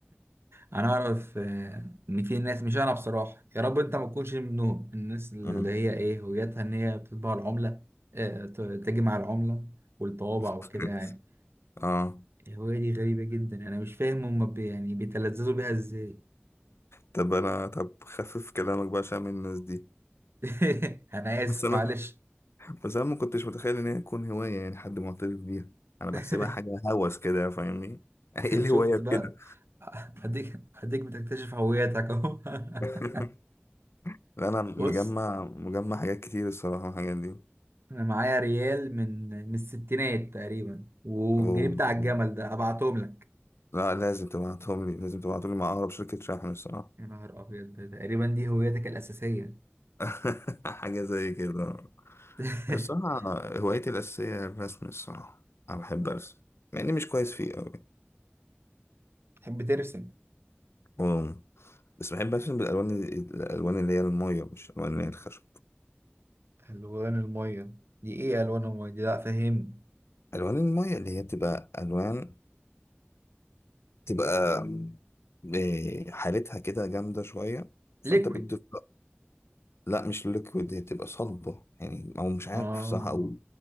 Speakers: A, on the right (about 70°); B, on the left (about 80°).
A: انا اعرف آه، ان في ناس مش انا بصراحه يا رب انت ما تكونش منهم الناس اللي
B: اه
A: هي ايه وجهتها ان هي بتطبع العمله آه، ت- تجمع العمله والطوابع
B: <laughs>
A: وكده يعني
B: اه
A: الهوايه دي غريبه جدا انا مش فاهم هم بي يعني بيتلذذوا بيها ازاي
B: طب انا طب خفف كلامك بقى عشان من الناس دي
A: <laughs> انا
B: <laughs>
A: اسف
B: بس انا
A: معلش
B: بس انا ما كنتش متخيل ان هي تكون هواية يعني حد معترف بيها انا بحسبها
A: <laughs>
B: حاجة هوس كده فاهمني <laughs> ايه الهواية
A: شفت
B: بكده
A: بقى هديك هديك بتكتشف هويتك اهو
B: <laughs>
A: <laughs>
B: لا انا مجمع
A: بص
B: مجمع حاجات كتير الصراحه الحاجات دي
A: انا معايا ريال من من الستينات تقريبا والجنيه
B: و...
A: بتاع الجمل
B: و-
A: ده هبعتهم لك
B: لا لازم تبعتهم لي لازم تبعتهم لي مع اقرب شركه شحن الصراحه
A: يا نهار ابيض ده تقريبا دي هويتك الاساسيه
B: <laughs> حاجه زي كده
A: <laughs>
B: الصراحه هوايتي الاساسيه هي الرسم الصراحه انا بحب ارسم مع اني مش كويس فيه قوي
A: تحب ترسم
B: و... بس بحب ارسم بالالوان الالوان اللي هي الميه مش الالوان اللي هي الخشب
A: الوان الميه دي ايه الوان الميه دي لا فهمني
B: الوان الميه اللي هي بتبقى الوان تبقى إيه، حالتها كده جامده شويه فانت
A: ليكويد
B: بتضيف لا مش ليكويد هي بتبقى صلبة يعني او مش عارف
A: اه
B: صح او